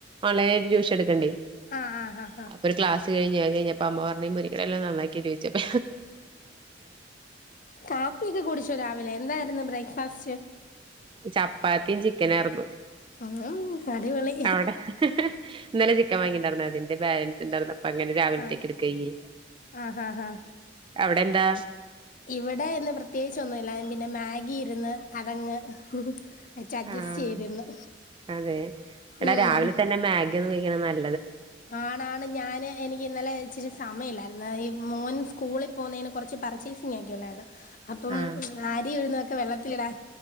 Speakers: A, on the right; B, on the left.
A: ഓൺലൈനായിട്ട് റ്റ്യുശൻ എടുക്ക്ണ്ടേ
B: ആ ആ ഹ
A: അപ്പൊര് ക്ലസ് കഴി ഞ് അഹ് കഴിഞ്ഞപ്പോ അമ്മ പർഞ്ഞി മുര്ങ്ടെല നന്നാക്കി ചോയ്ച്ചെപ്
B: കാപ്പിയൊക്കെ കുടിച്ചോ രാവിലെ എന്തായിരുന്നു ബ്രേക്ക്ഫാസ്റ്റ്
A: ചപ്പാത്തിയും ചിക്കനായിർന്നു
B: ഉം അടിപൊളി
A: അവിടെ ഇന്നലെ ചിക്കൻ വാങ്ങിണ്ടാർന്നാ അതി എ ബാലൻസ് ണ്ടായിർന്നു അപ്പ അങ്ങനെ രാവിൽത്തേക്ക്
B: ആഹ്
A: എടുക്കയിഞ്
B: ആഹ് ആഹ് ആഹ്
A: അവിടെ എന്താ
B: ഇവിടെ ഇന്ന് പ്രത്യേകിച്ച് ഒന്നുല്ല പിന്നെ മാ ഗിയിരുന്ന് അതങ്ങ് വെച്ച് അഡ്ജസ്റ്റ്
A: ആഹ്
B: ചെയ്തിന്ന്
A: അതെ എടാ
B: ഉം
A: രാവിലെ തന്നെ മാഗ് കഴിക്കുന്നത് വല്യര് ന
B: ആണാണ് ഞാന് എനിക്ക് ഇന്നലെ ഇച്ചിരി സമയില്ലാ എന്നാ ഈ മോൻ സ്കൂളി പോന്നയിന് കുറച്ച് പർച്ചേസിങ്ങ് ഒക്കെണ്ടായിരുന്നു അപ്പം
A: ആഹ്
B: അരി ഉഴുന്നൊ ഒക്കെ വെള്ളത്തിലിടാൻ